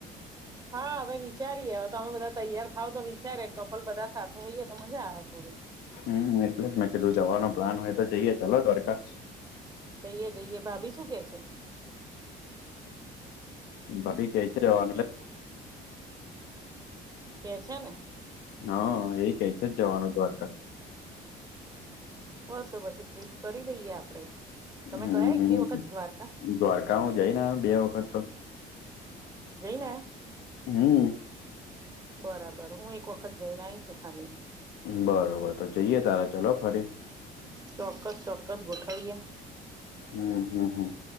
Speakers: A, on the right; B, on the left.
A: હા હવે વી ચારીએ તમે બધા તૈયાર થાવ તો વિચારીએ કપલ બધા સાથે હોઈએ તો મજા આવે થોડી
B: હમ એટલે જ મેં કીધું જવાનો પ્લાન હોય તો જઈએ ચાલો દ્વારકા
A: જઈએ જઈએ ભાભી શું કે છે?
B: ભાભી કે છે, જવાનું એટલે
A: કે છે, ને
B: હા એ કે છે, જ જવાનું દ્વારકા
A: બસ તો પછી ટ્રીપ કરી દઈએ આપડે તમે
B: હમ
A: ગયા એક
B: હમ
A: બી વખત દ્વારકા
B: દ્વારકા હું જઈને આવ્યો બે વખત તો
A: જઈને આયા
B: હમ.
A: બરાબર હું એક વખત જઈને આઈ છું ખાલી
B: બરોબર તો જઈએ તારે ચલો ફરી
A: ચોક્કસ ચોક્કસ ગોઠવીએ
B: હમ હમ હમ